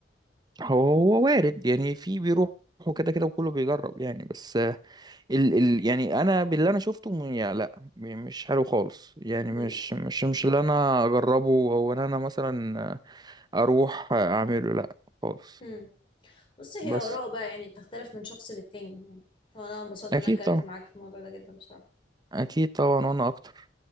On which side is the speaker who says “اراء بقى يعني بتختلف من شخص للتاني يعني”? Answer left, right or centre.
Left